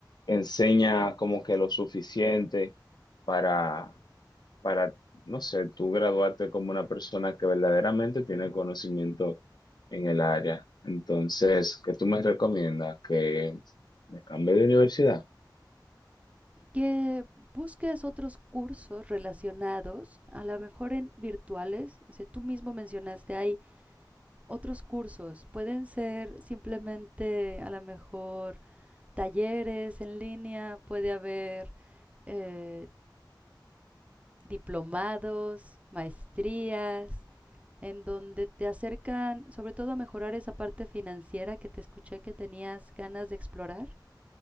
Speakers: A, on the left (about 65°); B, on the right (about 15°).
A: enseña como que lo suficiente para, para, no sé, tú graduarte como una persona que verdaderamente tiene conocimiento en el área. Entonces, ¿qué tú me recomiendas? ¿Que me cambie de universidad?
B: Que busques otros cursos relacionados, a lo mejor en virtuales. O sea, tú mismo mencionaste, hay otros cursos. Pueden ser simplemente, a lo mejor, talleres en línea, puede haber eh, diplomados, maestrías en donde te acercan sobre todo a mejorar esa parte financiera que te escuché que tenías ganas de explorar,